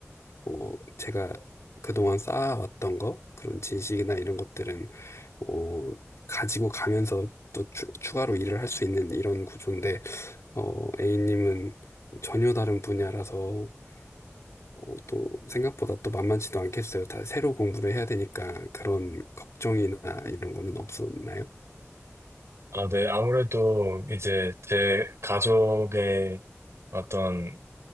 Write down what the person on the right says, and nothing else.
아, 네. 아무래도 이제 제 가족의 어떤